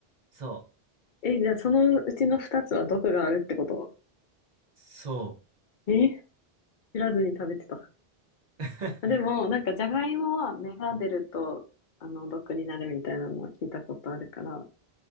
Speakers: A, on the right (about 50°); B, on the left (about 60°).
A: そう。
B: え、じゃあそのうちの2つは毒があるってこと
A: そ
B: え、知らずに食べてた。
A: う。<laughs>
B: あでも、なんかじゃがいもは芽が出ると、あの、毒になるみたいなのは聞いたことあるから、